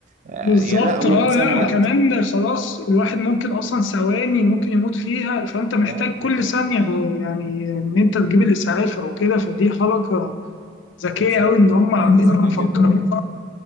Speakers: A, on the right; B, on the left.
A: آه،
B: بالظبط
A: يعني لا هم
B: اه
A: بيكسبوا
B: لا
A: وقت
B: كمان خلاص الواحد ممكن اصلا ثواني ممكن يموت فيها فانت محتاج
A: اه
B: كل
A: انت م-
B: ثانية ب- يعني ان انت تجيب الاسعاف او كده فدي حركة ذكية
A: بالظبط
B: أوي إن هم
A: حركه
B: عاملين
A: ذكيه
B: مفكرين
A: جدا اه